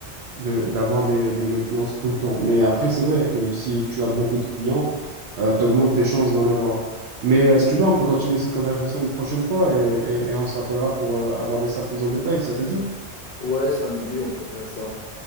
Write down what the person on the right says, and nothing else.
de d'avoir des, des maintenances tout le temps. Mais après, c'est vrai que si tu as beaucoup de clients, euh, t'augmentes tes chances d'en avoir. Mais euh, si tu veux, on peut continuer cette conversation une prochaine fois et, et, et on se rappellera pour euh, aborder ça plus en détail. Ça te dit?